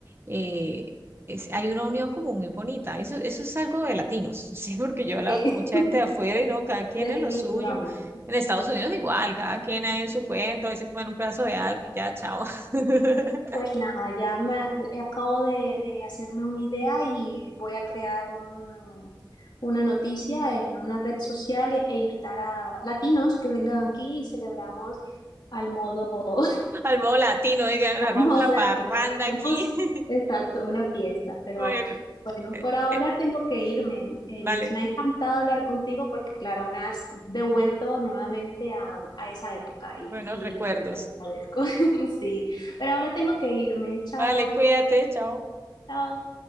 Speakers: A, on the right; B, on the left.
A: eh, es- hay una unión como muy bonita, eso, eso es algo de latinos, <laughs> sí, porque yo he hablado
B: sí,
A: con mucha
B: <laughs>
A: gente de afuera y no, cada quien
B: definitivamente.
A: en lo suyo, en Estados Unidos igual, cada quien ahí en su cuento, a veces comen un pedazo de algo y ya, chao, <laughs>
B: Pues nada, ya me, eh, acabo de, de hacerme una idea y voy a crear un, una noticia en una red social e, e invitar a latinos que vengan aquí y celebramos al modo <laughs>
A: al modo latino, digan, armamos
B: modo
A: la parranda
B: latino. Tenemos,
A: aquí, <laughs>
B: exacto, una fiesta, pero
A: bueno,
B: bueno,
A: eh,
B: por ahora
A: eh,
B: tengo que irme. Eh,
A: vale.
B: Liz, me ha encantado hablar contigo porque, claro, me has devuelto nuevamente a, a esa época y,
A: Buenos
B: y
A: recuerdos.
B: te lo agradezco. <laughs> Sí, pero ahora tengo que irme. Chao,
A: Vale, cuídate, chao.
B: chao.